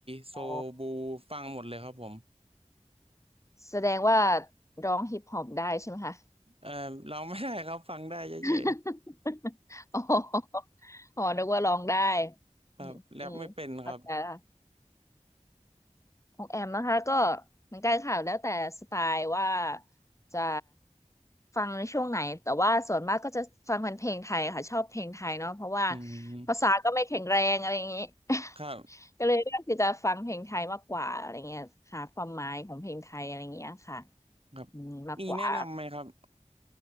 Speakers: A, on the right (about 50°); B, on the left (about 25°).
A: โซบูฟังหมดเลยครับผม
B: อ๋อแสดงว่าร้องฮิปฮอปได้ใช่ไหมคะ
A: เออเราไม่ได้ครับฟังได้เฉย
B: <laughs> อ๋ออ๋อนึกว่าร้องได้
A: ๆครับแรปไม่เป็นครับ
B: อืมอืมเข้าใจละ ของแอมนะคะก็เหมือนกันค่ะแล้วแต่สไตล์ว่าจะฟังในช่วงไหนแต่ว่าส่วนมากก็จะฟังเป็นเพลงไทยค่ะชอบเพลงไทยเนาะเพราะว่า
A: อืม
B: ภาษาก็ไม่แข็งแรงอะไรอย่างนี้ <laughs>
A: ครับ
B: ก็เลยเลือกที่จะฟังเพลงไทยมากกว่าอะไรเงี้ยหาความหมายของเพลงไทยอะไรอย่างเงี้ยค่ะ
A: ครับ
B: อืมมากกว่า
A: มีแนะนำไหมครับ